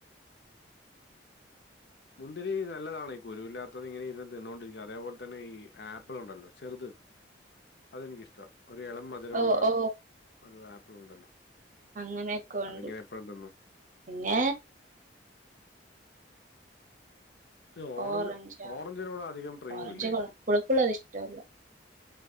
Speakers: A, on the left; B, on the right.
A: മുന്തിരി നല്ലതാണ്. ഈ കുരുവില്ലാത്തത് ഇങ്ങനെ ഇരുന്ന് തിന്നുകൊണ്ടിരിക്കാം. അതേപോലെ തന്നെ ഈ ആപ്പിൾ ഉണ്ടല്ലോ ചെറുത് അതെനിക്കിഷ്ടാ. ഒരു എളം മ ധുരമുള്ള
B: ഓ ഓ
A: ഒരു ആപ്പിൾ ഉണ്ടല്ലോ.
B: അങ്ങനെയൊക്കെ ഉണ്ട്
A: അതിങ്ങനെ എപ്പോഴും തിന്നും
B: പിന്നെ
A: പിന്നെ ഓറഞ്ച്
B: ഓറഞ്ചാ.
A: ഓറഞ്ചിനോട് അധികം പ്രിയമില്ല
B: ഓറഞ്ച് കള
A: എനിക്ക്
B: പുളിപ്പുള്ളത് ഇഷ്ടല്ല.